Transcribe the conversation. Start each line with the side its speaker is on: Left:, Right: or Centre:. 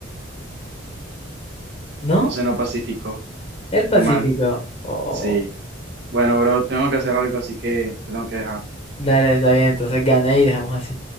Left: ¿No?
Right: Océano Pacífico.
Left: El Pacífico.
Right: Mal.
Left: Oh,
Right: Sí. Bueno, bro, tengo que hacer algo, así que te tengo que dejar.
Left: dale, está bien, entonces gané y dejamos así.